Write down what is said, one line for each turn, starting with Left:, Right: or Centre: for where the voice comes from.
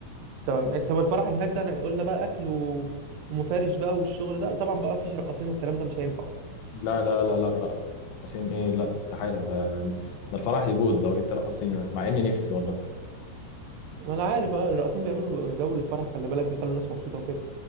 Right: تمام طب الفرح اللي هناك ده احنا قلنا بقى اكل و... ومفارش بقى والشغل ده طبعا بقى مفيش رقاصين والكلام ده مش هينفع
Left: لا لا لا لا رقصين ايه لا استحالة ده ده الفرح يبوظ لو جبت رقاصين مع اني نفسي والله
Right: انا عارف آه، الرقاصين بيعملوا جو للفرح خلي بالك بيخلوا الناس مبسوطه وكده